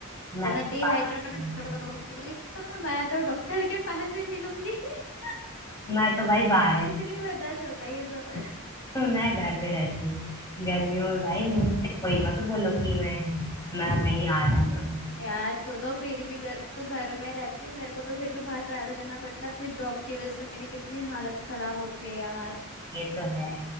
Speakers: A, on the left (about 15°); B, on the left (about 65°).
A: मैं
B: वरना
A: तो
B: डिहाइड्रेट
A: बाहर
B: होगी तो मैं तो डॉक्टर के पास ही मिलूंगी <laughs>
A: मैं तो भाई बाहर
B: वैसे
A: ही
B: नहीं बर्दाश्त होता ये सब
A: हूँ, <laughs> मैं घर में रहती हूँ गर्मियों में भाई
B: <laughs> बिल्कुल
A: मुझसे कोई मत बोलो कि मैं मैं कहीं आ जा जाऊँ
B: यार तो तो फिर भी घर तू घर में रहती है मेरे को तो फिर भी बाहर ट्रैवल करना पड़ता है अपने जॉब की वजह से मेरी कितनी हालत खराब होती है यार
A: ये तो है